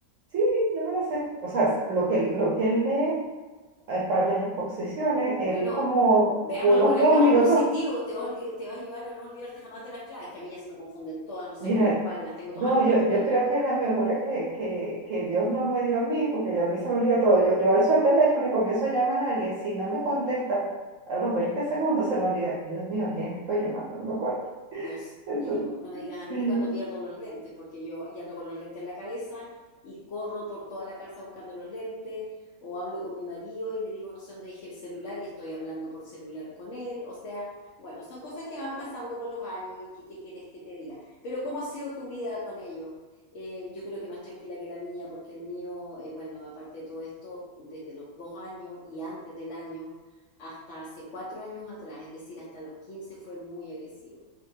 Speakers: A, on the right; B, on the left.
A: Sí, yo me la sé. O sea, s- lo que, lo que él lee eh, para las exposiciones, él
B: Bueno,
A: como
B: veámoslo
A: unos
B: por el
A: dos
B: lado
A: minutos,
B: positivo, te va a, olvi- te va a ayudar a no olvidarte jamás de las claves, que a mí ya se me confunden todas, no sé
A: mira,
B: cuál es cuál, las tengo todas
A: no,
B: anotadas
A: yo,
B: porque
A: yo creo
B: ya
A: que la memoria que, que, que Dios no me dio a mí, porque yo a mí se me olvida todo, yo, yo alzo el teléfono y comienzo a llamar a alguien, si no me contesta, a los 20 segundos se me olvida, Dios mío, ¿a quién estoy llamando? No me acuerdo.
B: Dios
A: Entonces,
B: mío, no me digas a mí
A: sí,
B: cuando pierdo los lentes, porque yo y ando con los lentes en la cabeza y corro por toda la casa buscando los lentes, o hablo con mi marido y le digo no sé dónde dejé el celular y estoy hablando por celular con él. O sea, bueno, son cosas que van pasando con los años y que qué quieres que te diga. Pero ¿cómo ha sido tu vida con ellos? Eh, yo creo que más tranquila que la mía, porque el mío, eh, bueno, aparte de todo esto, desde los dos años y antes del año hasta hace cuatro años atrás, es decir, hasta los 15 fue muy agresivo